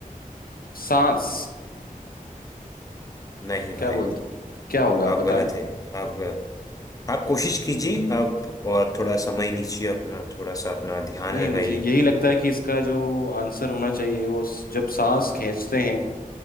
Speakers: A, on the left; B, on the left.
A: सांस
B: नहीं भाई
A: क्या बोलते हो? क्या होगा आप
B: आप
A: बताएं
B: गलत हैं आप आप कोशिश कीजिए आप और थोड़ा समय लीजिए अपना थोड़ा सा अपना ध्यान
A: नहीं
B: लगाइए
A: मुझे यही लगता है कि इसका जो आंसर होना चाहिए वो स- जब सांस खींचते हैं